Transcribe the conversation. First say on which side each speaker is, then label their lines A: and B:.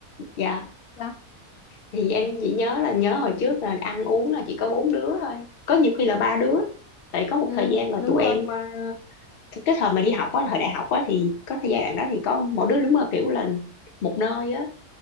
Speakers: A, on the left (about 45°); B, on the left (about 70°).
A: dạ
B: sao
A: thì em chỉ nhớ là nhớ hồi trước là ăn uống là chỉ có bốn đứa thôi có nhiều khi là ba đứa tại có một
B: ừ
A: thời gian là
B: đúng
A: tụi
B: rồi
A: em ờ, cái cái thời mà đi học á thời đại học á thì có thời gian đó thì có mỗi đứa đúng là kiểu là một nơi á